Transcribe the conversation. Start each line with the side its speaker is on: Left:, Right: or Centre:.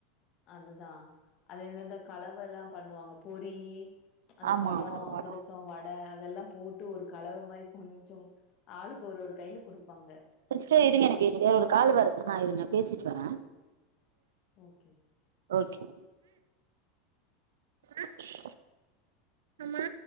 Left: அதுதா அது இந்தெந்த கலவலா பண்ணுவாங்க பொரி அந்த
Right: ஆமா
Left: பழோ
Right: ஆமா
Left: அதிரசோ வடை அதெல்லா போட் டு ஒரு கலவ மாரி குமிச்சு ஆளுக்கு ஒரு ஒரு கைல குடுப்பாங்க
Right: சிஸ்டர் இருங்க எனக்கு வேற ஒரு கால் வருது நா இருங்க பேசிட்டு வரே
Left: ஓகே
Right: ஓகே அச்சு அம்மா